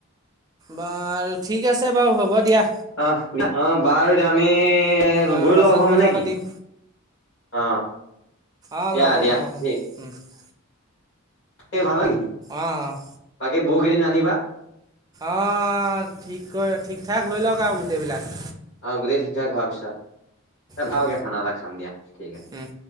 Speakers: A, on the right; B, on the left.
A: বাৰু ঠিক আছে বাৰু হ'ব দিয়া।
B: আহ, অ, বাৰু আমি
A: অঁ
B: গৈ
A: পাছত
B: লগ হম
A: কথা
B: নেকি।
A: পাতিম
B: অ,
A: অঁ
B: দিয়া,
A: লগ হ'ম
B: দিয়া ঠিক
A: <inaudible>
B: এই ভাল লাগি
A: অ'।
B: বাকী বৌক এদিন দিন আনিবা।
A: অ, ঠিক কয়, ঠিক, ঠাক হৈ লওক আৰু। এইবিলাক
B: অ, গোটেই ঠিক ঠাক ভাব পিছ
A: উম
B: ভালকে খানা এটা খাম দিয়া ঠিক আছে।
A: উম।